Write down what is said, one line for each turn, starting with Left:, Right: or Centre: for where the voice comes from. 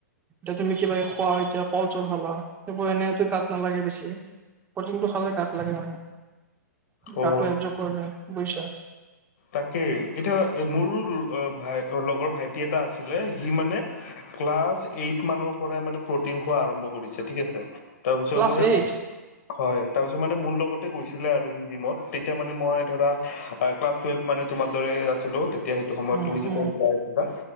Right: এতিয়া তুমি কিবা খোৱা এতিয়া কল- চল খালা সেইবোৰ এনেতো গাত নালাগে বেছি। প্ৰটিনটো খালে গাত লাগে মানে।
Left: অ
Right: গাটো একযোগ কৰি লোৱা বুইচা?
Left: তাকে এতিয়া মোৰো ভাই লগৰ ভাইটি এটা আছিলে সি মানে ক্লাছ এইট মানৰ পৰাই মানে প্ৰটিন খোৱা আৰম্ভ কৰিছে ঠিক আছে? তাৰপিছত
Right: ক্লাছ
Left: মই হিয়াক,
Right: এইট
Left: হয়। তাৰপিছত মানে মোৰ লগতে গৈছিলে আৰু সি জিমত। তেতিয়া মানে মই ধৰা ক্লাছ টোৱেলভ মানে তোমাৰ দৰে আছিলোঁ। তেতিয়া সেইটো সময়ত
Right: উম
Left: তুমি যেতিয়া
Right: উম
Left: <inaudible> আছিলা।